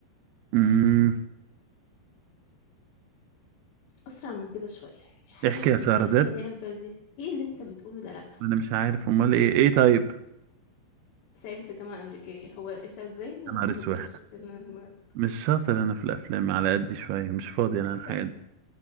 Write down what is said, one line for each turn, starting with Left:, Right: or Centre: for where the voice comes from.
Right: امم
Left: أسرع من كده شوية يعني حاول
Right: احكي
Left: تبقى
Right: يا شهرزاد
Left: سريع البديهة ايه اللي انت بتقوله ده لا
Right: انا مش عارف امال ايه ايه طيب
Left: صعيدي في الجامعة الأمريكية هو انت ازاي ما
Right: يا نهار
Left: بتلقطش
Right: اسود
Left: إن- ما-
Right: مش شاطر انا في الافلام على قد شويه مش فاضي انا الحاجات
Left: طب
Right: دي